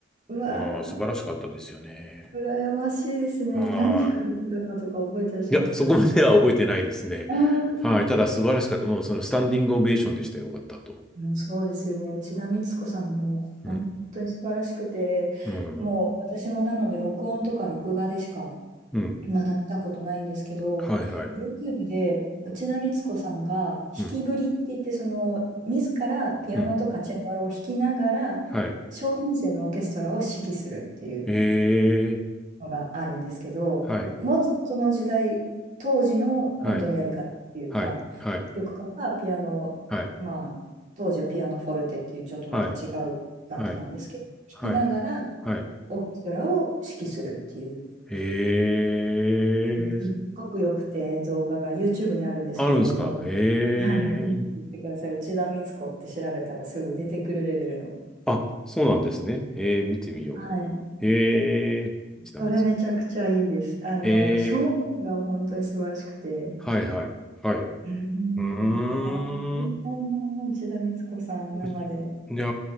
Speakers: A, on the right (about 40°); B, in the centre.
A: うわ、
B: ああ、素晴らしかったですよね。
A: 羨ましいですね。
B: は
A: 何惹かれてたかとか覚えてらっしゃいますかあ
B: い。いや、そこまでは覚えてないですね。
A: あー。
B: はい。ただ、素晴らしかった。もう、その、スタンディングオベーションでしたよ。終わった後。
A: うん、そうですよね。内田光子さんも本当に素晴らしくて、
B: うん。うん。
A: もう私もなので録音とか録画でしか
B: うん。
A: まだ見たことないんですけど、
B: はい、はい。
A: YouTube で内田光子さんが弾きぶりって言って、
B: うん。
A: その自らピアノとかチェンバロを弾きながら、
B: うん。はい。
A: 小編成のオーケストラを指揮するっていう。
B: ええ
A: のがあるんですけど、
B: はい。
A: もうちょっとその時代、当時の本当にやり方っていうか、
B: はい。はい。
A: 作曲家がピアノまあ、
B: はい。はい。
A: 当時はピアノフォルテっていうちょっとまた違う楽器なんですけど、
B: はい。はい。
A: 弾きながら
B: はい。はい。
A: オーケストラを指揮するっていう、
B: ええ
A: すっごくよくて、動画が YouTube にあるんですけど、
B: あるんですかへえ。
A: もう、はい、もうぜひ見てください。内田光子って調べたらすぐ出てくるレベルの。
B: あ、そうなんですね。ええ、見てみよ
A: はい。
B: う。ええ、ちなみに。
A: それめちゃくちゃいいです。あの、
B: ええ、
A: 表現が本当に素晴らしくて。
B: はいはい。はい。う
A: うん、
B: ーん。
A: うわ、行ってみたいな、内田光子さん、
B: うち
A: 生で。
B: いや、